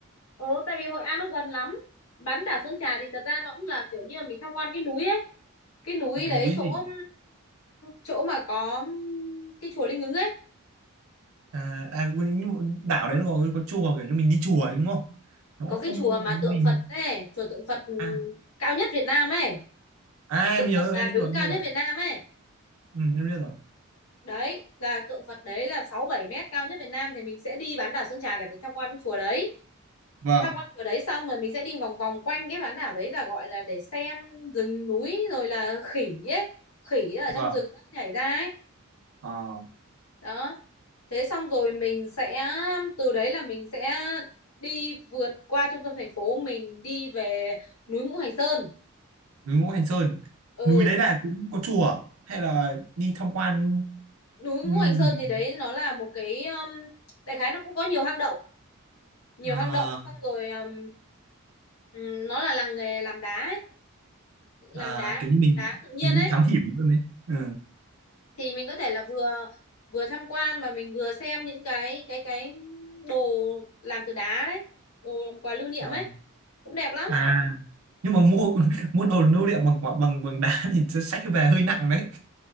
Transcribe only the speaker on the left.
Ồ, tại vì Hội An nó gần lắm. Bán đảo Sơn Trà thì thật ra nó cũng là kiểu như là mình tham quan cái núi ấy. cái núi
đấy
chỗ
chỗ mà có cái chùa Linh Ứng ấy
có cái
chùa mà
tượng Phật ấy chùa tượng Phật ừ,
cao nhất Việt Nam ấy
tượng
Phật
là
đứng
cao
nhất
Việt Nam ấy
đấy là tượng Phật đấy là sáu bảy mét cao nhất Việt Nam thì mình sẽ đi bán đảo Sơn Trà để mình tham quan cái chùa đấy
tham quan ở đấy xong rồi mình sẽ đi vòng vòng quanh cái bán đảo đấy là gọi là để xem rừng núi rồi là khỉ ấy khỉ ở
trong rừng nó nhảy ra ấy
đó thế xong rồi mình sẽ từ đấy là mình sẽ đi vượt qua trung tâm thành phố mình đi về núi Ngũ Hành Sơn
ừ
núi,
núi
Ngũ Hành
Sơn thì đấy nó là một cái um, đại khái nó cũng có nhiều hang động nhiều
hang động xong rồi um, ừm, nó là làng nghề làm đá ấy. làm
đá
đá tự nhiên
ấy
thì mình có thể là vừa vừa tham quan mà mình vừa xem những cái cái cái đồ làm từ đá đấy đồ làm quà lưu niệm
ấy cũng đẹp lắm